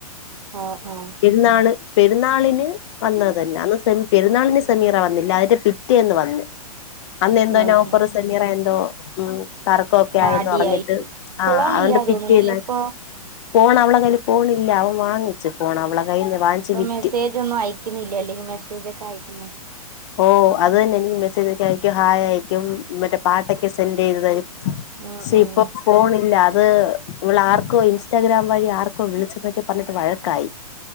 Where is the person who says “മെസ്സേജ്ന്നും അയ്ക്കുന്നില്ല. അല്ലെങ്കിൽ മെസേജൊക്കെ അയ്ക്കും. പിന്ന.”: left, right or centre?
Right